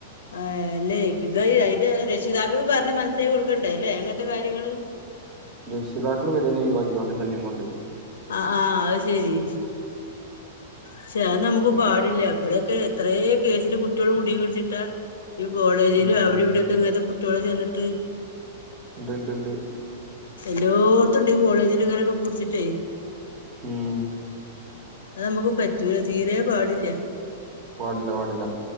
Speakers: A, on the left; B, on the right.
A: ഏ... അല്ലെയ് <unintelligible> അയിന്റെ രക്ഷിതാക്കള് പർഞ്ഞ് മനസ്സിലാക്കികൊടുക്കണ്ടേ ല്ലേ അങ്ങൻത്തെ കാര്യങ്ങള്.
B: രക്ഷിതാക്കൾ പെരീന്ന് ഒയ്വാക്കി ഓൻ്റെ ശല്യം കൊണ്ട്.
A: ആ ആഹ അത് ശെരി. ക്ഷെ അ നമുക്ക്
B: അങ്ങനെ
A: പാടില്ല. ഇബടെക്കെ എത്രേ കേസില് കു ട്ട്യള് <unintelligible> ഈ കോളേജില്
B: പിന്നെ
A: അവിടിവിടെക്കെ ഇങ്ങൻത്തെ കുട്ടിയോള് ചെന്നിട്ട്.
B: ണ്ട്ണ്ട് ണ്ട്.
A: എല്ലോട്ത്തുണ്ട് ഈ കോളേജില് ങ്ങനൊക്കെ പുട്ച്ചിട്ടേ.
B: ഉം.
A: അത് നമ്മക്ക് പറ്റൂല തീരെ പാടില്ല.
B: പാടില്ല പാടില്ല.